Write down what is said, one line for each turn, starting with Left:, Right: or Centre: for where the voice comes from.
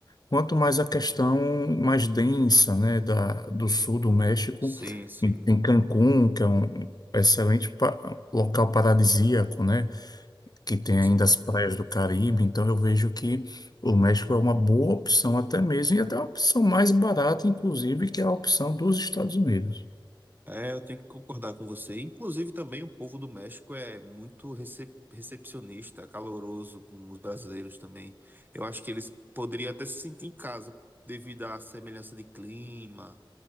Left: quanto mais a questão mais densa, né, da, do sul do México,
Right: Sim, sim,
Left: em, em Cancún, que é um excelente pa- local paradisíaco, né, que tem
Right: sim.
Left: ainda as praias do Caribe. Então eu vejo que o México é uma boa opção até mesmo, e até uma opção mais barata, inclusive, que é a opção dos Estados Unidos.
Right: É, eu tenho que concordar com você. Inclusive, também o povo do México é muito recep- recepcionista, caloroso com os brasileiros também. Eu acho que eles poderiam até se sentir em casa, devido à semelhança de clima,